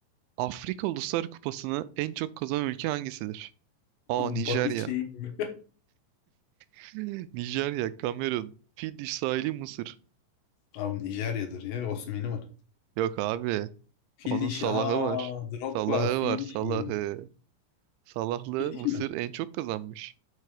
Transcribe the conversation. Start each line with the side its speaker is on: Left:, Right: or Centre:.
Right: Afrika Uluslar Kupası'nı en çok kazanan ülke hangisidir? A. Nijerya.
Left: Bahis şeyi gibi.
Right: <laughs> Nijerya, Kamerun, Fiddiş sahili Mısır.
Left: Abi Nijerya'dır ya. Osimhen'i var.
Right: Yok abi.
Left: Fil
Right: Onun
Left: dişi.
Right: Salah'ı
Left: Aa,
Right: var.
Left: Drogba.
Right: Salah'ı
Left: Fil
Right: var, Salah'ı.
Left: dişi.
Right: Salahlı
Left: Fil dişi
Right: Mısır
Left: mi?
Right: en çok kazanmış.